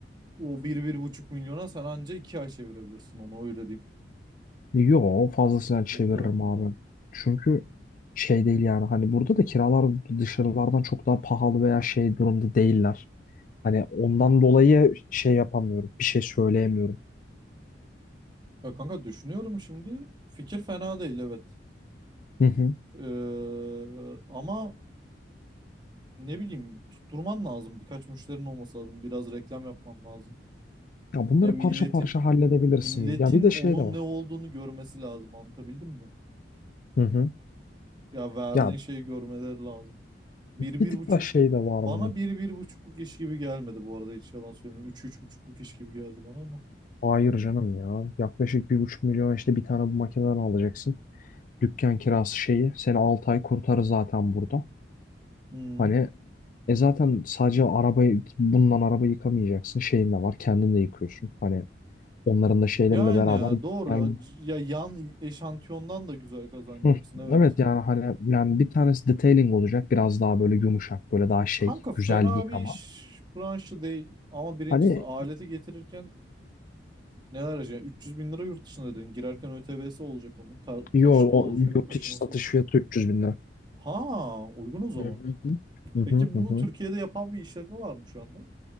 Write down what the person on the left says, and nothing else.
Yo fazlasıyla
çeviririm
abi. Çünkü şey değil yani hani burada da kiralar dışarılardan çok daha pahalı veya şey durumda değiller. Hani ondan dolayı şey yapamıyorum. Bir şey söyleyemiyorum.
Hı hı.
Ya bunları
parça parça halledebilirsin.
Ya bir de
şey de var.
Hı hı.
Ya
bir tık
daha şey de var bunun.
Hayır canım ya. Yaklaşık bir buçuk milyon işte bir tane bu makineden alacaksın. Dükkan kirası şeyi. Seni 6 ay kurtarır zaten burada.
Hani e zaten sadece arabayı bununla araba yıkamayacaksın. Şeyin de var. Kendin de yıkıyorsun. Hani onların da şeylerle
beraber
yani
hı,
evet yani hani yani bir tanesi detailing olacak. Biraz daha böyle yumuşak böyle daha şey
güzel yıkama.
Hani
yo, o,
yurt
içi satış
fiyatı 300 bin lira.
Hı hı. Hı hı
hı.
hı.